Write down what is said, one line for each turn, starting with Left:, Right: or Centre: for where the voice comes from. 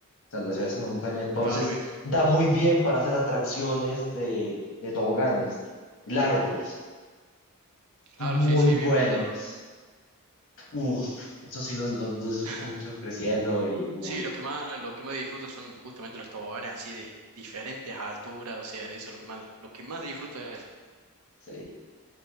Left: O sea, la ciudad es una montaña, entonces
Right: claro, bien.
Left: da muy bien para hacer atracciones de, de toboganes largos,
Right: Claro,
Left: muy
Right: sí, sí,
Left: buenos.
Right: bien, me entiendes.
Left: Uf, eso sí los, los, los disfruto
Right: <laughs>
Left: mucho creciendo y, uy,
Right: Sí, lo que más, lo que más disfruto son justamente los toboganes así de diferentes alturas, o sea, eso es lo que más, lo que más disfruto es eso.
Left: sí.